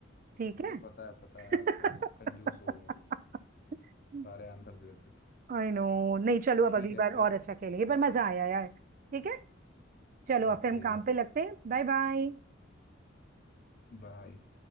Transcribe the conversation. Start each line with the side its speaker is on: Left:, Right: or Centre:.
Right: ठीक
Left: मुझे
Right: है
Left: पता है पता
Right: <laughs>
Left: है आप तो कंजूस हो गए हो बिल्कुल सारे आंसर दे देते हो।
Right: I know नहीं चलो अब
Left: ठीक
Right: अगली बार
Left: है फिर
Right: और अच्छा खेलेंगे पर मजा आया यार ठीक है चलो अब
Left: Okay
Right: फिर हम काम पे लगते हैं बाय बाय
Left: bye